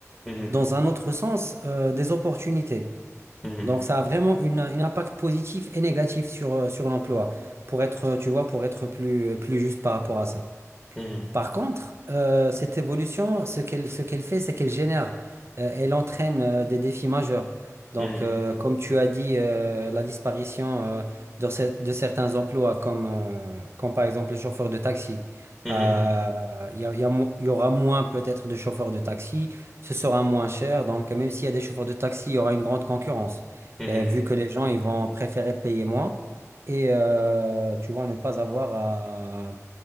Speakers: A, in the centre; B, on the right.
A: mhm,
B: dans un autre sens, euh, des opportunités.
A: mhm,
B: Donc, ça a vraiment une, un impact positif et négatif sur, euh, sur l'emploi, pour être, tu vois, pour être plus, plus juste par rapport à ça.
A: mhm,
B: Par contre, euh, cette évolution, ce qu'elle ce qu'elle fait, c'est qu'elle génère, euh, elle entraîne euh, des défis majeurs. Donc,
A: mhm,
B: euh, comme tu as dit, euh, la disparition euh, de, cer- de certains emplois, comme, euh, comme par exemple les chauffeurs de taxi.
A: mhm,
B: Euh, Il y a- il y a mo- il y aura moins peut-être de chauffeurs de taxi, ce sera moins cher. Donc, même s'il y a des chauffeurs de taxi, il y aura une grande concurrence,
A: mhm,
B: Euh, vu que les gens ils vont préférer payer moins et euh, tu vois, ne pas avoir à